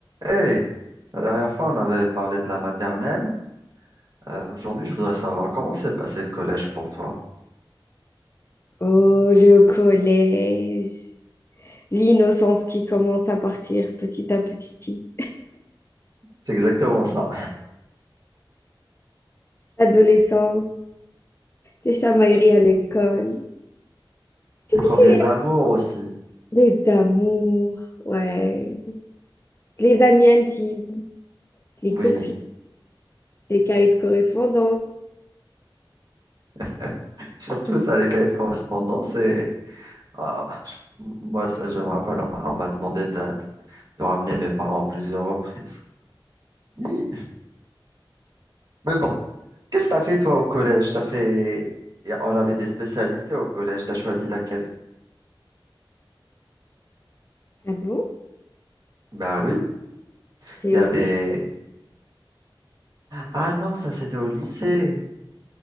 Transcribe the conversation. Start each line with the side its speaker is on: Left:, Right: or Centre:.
Right: Hey, la dernière fois, on avait parlé de la maternelle. Euh, aujourd'hui, je voudrais savoir comment s'est passé le collège pour toi.
Left: Oh, le collège, l'innocence qui commence à partir petit à petit,
Right: C'est exactement ça.
Left: l'adolescence, les chamailleries à l'école, Si,
Right: Les premiers
Left: si, si.
Right: amours aussi.
Left: les amours, ouais, les amis intimes, les
Right: Oui.
Left: copies, les cahiers de correspondance.
Right: <laughs> Surtout ça, les cahiers de correspondance. Et ah, je- moi, ça, je me rappelle, on m'a on m'a demandé de, de ramener mes parents à plusieurs reprises. Hi. Mais bon, qu'est-ce que t'as fait toi au collège? T'as fait... et On avait des spécialités au collège. T'as choisi laquelle?
Left: Ah bon?
Right: Bah oui,
Left: C'est
Right: il y
Left: au
Right: avait...
Left: lycée?
Right: Ah non, ça c'était au lycée.